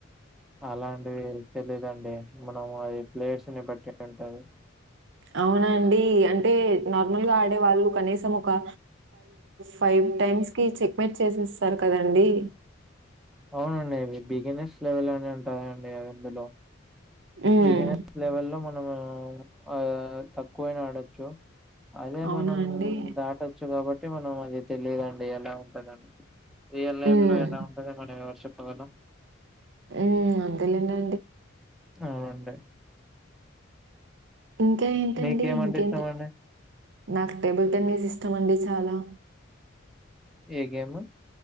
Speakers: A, in the centre; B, on the right.
A: అలాంటివి తెలిదండి మనము అది ప్లేస్ ని బట్టి ఉంటది.
B: అవునండి అంటే నార్మల్ గా ఆడేవాళ్ళు కనీసం ఒక ఫైవ్ టైమ్స్ కి చెక్మెట్ చేసేస్తారు కదండి.
A: అవునండి అవి బిగనెస్ లెవెల్లోనే ఉంటాయిండి అవిందులో
B: హ్మ్.
A: బిగినెస్ లెవెల్లో మనము ఆ తక్కువైనా ఆడొచ్చు అదే
B: అవునా
A: మనం
B: అండి?
A: దాటచ్చు కాబట్టి మనం అది తెలియదుండి ఎలా ఉంటందని రియల్ లైఫ్
B: హ్మ్.
A: లో ఎలా ఉంటదో మనంఎవరు చెప్పగలం
B: ఊ అంతే లెండి
A: అవునండి
B: ఇంకా ఏంటండి
A: మీకేమంటే
B: ఇంకేంటి
A: ఇష్టం అండి
B: నాకు టేబుల్ టెన్నిస్ ఇష్టం అండి చాలా
A: ఏ గేమ్